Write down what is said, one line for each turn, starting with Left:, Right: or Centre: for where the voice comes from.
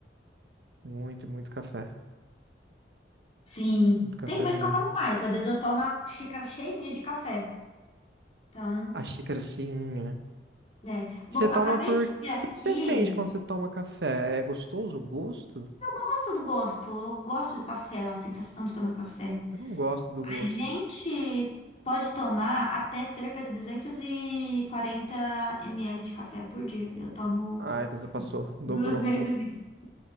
Right: Muito, muito café.
Left: Sim,
Right: Muito café
Left: tem vezes
Right: mesmo.
Left: que eu tomo mais. Às vezes eu tomo uma xícara cheinha de café. Então,
Right: A xícara cheinha.
Left: né. Bom,
Right: Você toma
Left: acabei
Right: por...
Left: de
Right: O
Left: ver aqui.
Right: que que você sente quando você toma café? É gostoso o gosto?
Left: Eu gosto do gosto. Eu gosto do café, a sensação de tomar café.
Right: Eu não gosto do
Left: A
Right: gosto.
Left: gente pode tomar até cerca de 240 ml de café por dia. Eu tomo
Right: Ah, então você passou. Dobrou.
Left: duas <laughs> vezes isso.